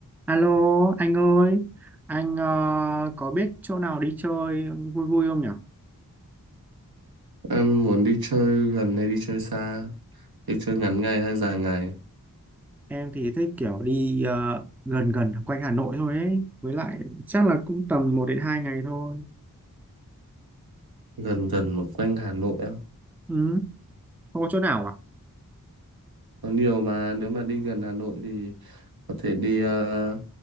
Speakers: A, in the centre; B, on the right.
A: Alo anh ơi, anh ờ, có biết chỗ nào đi chơi vui vui không nhỉ?
B: Em muốn đi chơi gần hay đi chơi xa? Đi chơi ngắn ngày hay dài ngày?
A: Em thì thích kiểu đi ờ, gần gần quanh Hà Nội thôi ấy, với lại chắc là cũng tầm một đến 2 ngày thôi.
B: Gần gần mà quanh Hà Nội á.
A: Ừ, không có chỗ nào à?
B: Có nhiều mà nếu mà đi gần Hà Nội thì có thể đi ờ,